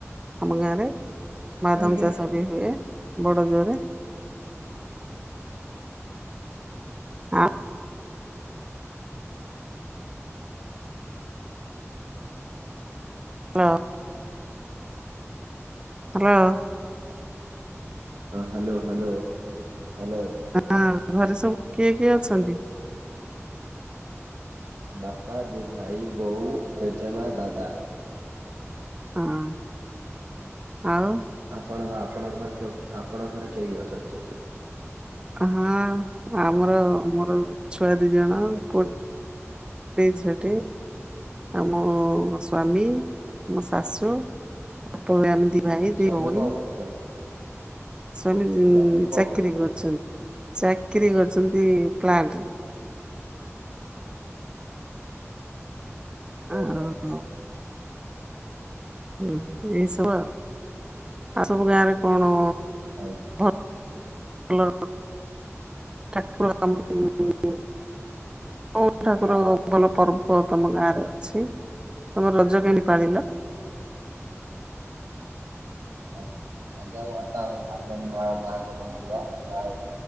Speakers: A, on the right; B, on the right.
A: ଆମ ଗାଁରେ। ବାଦମ
B: ଆଜ୍ଞା
A: ଚାଷ ବି ହୁଏ ବଡ ଜୋରେ। ଆଉ <unintelligible> ହ୍ୟାଲୋ।
B: Hello hello hello.
A: ହଁ ଘରେ ସବୁ କିଏ କିଏ ଅଛନ୍ତି?
B: ବାପା ଦି ଭାଇ ବୋଉ ଜେଜେମା ଦାଦା।
A: ହଁ ଆଉ?
B: ଆପଣ ବା ଆପଣ ଘରେ ଯ ଆପଣ ଘରେ କିଏ କିଏ ଅଛନ୍ତି ସବୁ?
A: ହଁ ଆମର ମୋର ଛୁଆ ଦି ଜଣ ପୁ ପୁଅ ଟେ ଝିଅ ଟେ। ଆଉ ମୋ ସ୍ୱାମୀ ମୋ ଶାଶୁ ଅପ ଏମିତିି ଭାଇ ଦି
B: ସ୍ଵାମୀ
A: ଭଉଣୀ
B: କଣ କରୁଛନ୍ତି
A: ସ୍ୱାମୀ
B: ସ୍ଵାମୀ କଣ
A: ଚାକିରୀ
B: କରୁଛନ୍ତି
A: କରୁଛନ୍ତି ଚାକିରୀ କରୁଛନ୍ତି ପ୍ଲାଣ୍ଟରେ।
B: ବହୁତ
A: ଆଉ
B: ଭଲ।
A: ହୁଁ ଏଇ ସବୁ ଆଉ ଆଉ ସବୁ ଗାଁରେ କଣ
B: ଆଜ୍ଞା
A: ଭଲ <unintelligible> କୋଉ ଠାକୁର ଭଲ ପର୍ବ ତୋମ ଗାଁରେ ଅଛି? ତୋମେ ରଜ କେମିତି ପାଳିଲ
B: ଆଜ୍ଞା, ଆଜ୍ଞା, ଆମ ମାତା ମୋ ଠାକୁରାଣୀ ମା ମାଙ୍କ ମନ୍ଦିର। ମା <inaudible>